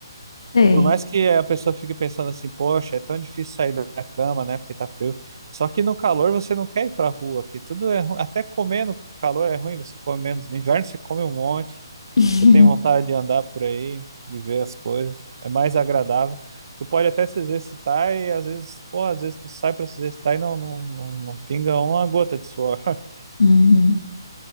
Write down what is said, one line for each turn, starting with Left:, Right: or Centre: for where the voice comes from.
Left: Sei.
Right: Por mais que a pessoa fique pensando assim, poxa, é tão difícil sair da da cama, né, porque tá frio. Só que no calor você não quer ir pra rua, que tudo é ruim. Até comer no calor é ruim, você come menos. No inverno você come um monte,
Left: <laughs>
Right: você tem vontade de andar por aí, de ver as coisas. É mais agradável. Tu pode até se exercitar e às vezes, pô, às vezes tu sai pra se exercitar e não, não, não, não pinga uma gota de suor. <laughs>
Left: Uhum.